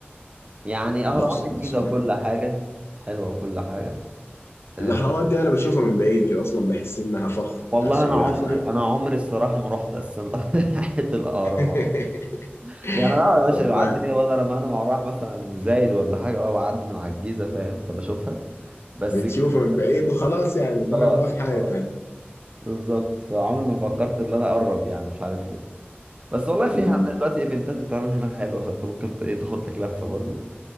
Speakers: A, on the right; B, on the left.
A: يعني
B: الأقصر
A: اهرامات الجيزه
B: وأسوان
A: وكل حاجه حلوه وكل حاجه أه.
B: الأهرامات دي أنا بشوفها من بعيد كده أصلا بحس إنها فخ
A: والله
B: بتاع سياح
A: انا عمري
B: فاهم
A: انا عمري الصراحه ما رحت اصلا <laughs> ناحيه الاهرامات
B: <laughs>
A: يعني انا آه يا باشا
B: والله
A: بعدي كده وانا لما انا مع رايح مثلا زايد ولا حاجه اه بعدي من على الجيزه فاهم فبشوفها بس
B: بتشوفها
A: كده
B: من بعيد وخلاص يعني ما
A: خلاص
B: ما في حاجة
A: اه
B: تاني
A: بالظبط فعمري ما فكرت ان انا اقرب يعني مش عارف ليه بس والله فيها
B: امم
A: دلوقتي ايفنتات بتتعمل هناك حلوه فانت ممكن ت- ايه تاخد لك لفه برضو